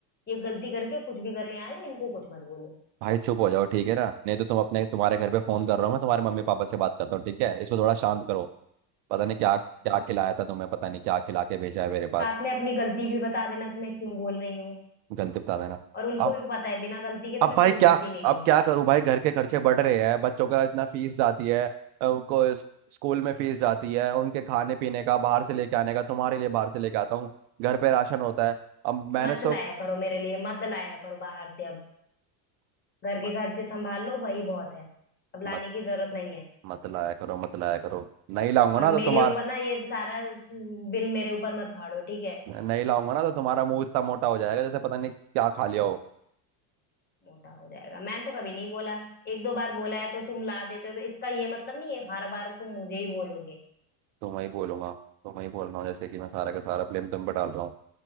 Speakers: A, on the left (about 20°); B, on the right (about 70°).
A: ये गलती करके कुछ भी कर रहे हैं इनको कुछ मत बोलो
B: भाई चुप हो जाओ ठीक है ना नहीं तो तुम अपने तुम्हारे घर पे फोन कर रहा हूँ मैं तुम्हारे मम्मी पापा से बात करता हूँ ठीक है इसको थोड़ा शांत करो पता नहीं क्या क्या
A: ऐसे
B: खिलाया
A: बात
B: था तुम्हें पता नहीं क्या खिला के भेजा है मेरे पास
A: साथ में अपनी गलती भी बता देना कि मैं क्यों बोल रही हूँ
B: गलती बता देना
A: और उनको
B: अब
A: भी पता है बिना गलती के
B: अब
A: तो मैं
B: भाई
A: कुछ
B: क्या
A: बोलती नहीं
B: अब
A: हूँ
B: क्या करूं भाई घर के खर्चे बढ़ रहे हैं बच्चों का इतना फीस जाती है अ, उनको इस- स्कूल में फीस जाती है उनके खाने पीने का बाहर से लेके आने का तुम्हारे लिए बाहर से लेके आता हूँ घर पे राशन होता है अब मैंने
A: मत
B: सो
A: लाया करो मेरे लिए मत लाया करो बाहर से अब घर
B: मत
A: के खर्चे संभाल लो वही बहुत है अब लाने
B: मत
A: की जरूरत नहीं है
B: मत लाया करो मत लाया करो नहीं लाऊंगा
A: और
B: ना तो
A: मेरे
B: तुम्हारा
A: ऊपर ना ये सारा बिल मेरे ऊपर मत फाड़ो ठीक है
B: नहीं लाऊंगा ना तो तुम्हारा मुंह इतना मोटा हो जाएगा जैसे पता नहीं क्या खा लिया हो
A: मोटा हो जाएगा मैंने तो कभी नहीं बोला एक दो बार बोला है तो तुम ला देते हो तो इसका ये मतलब नहीं है हर बार तुम मुझे ही बोलोगे
B: तुम्हें ही बोलूंगा तुम्हें ही बोल रहा हूँ जैसे कि मैं सारा का सारा ब्लेम तुम पे डाल रहा हूँ